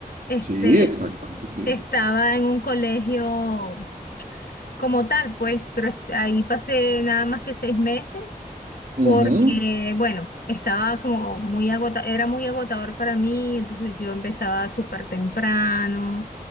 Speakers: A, on the left (about 85°); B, on the right (about 70°).
A: Este,
B: sí, exacto, sí, sí.
A: estaba en un colegio como tal, pues, pero est- ahí pasé nada más que seis meses porque,
B: Ujú.
A: bueno, estaba como muy agota, era muy agotador para mí, entonces yo empezaba súper temprano.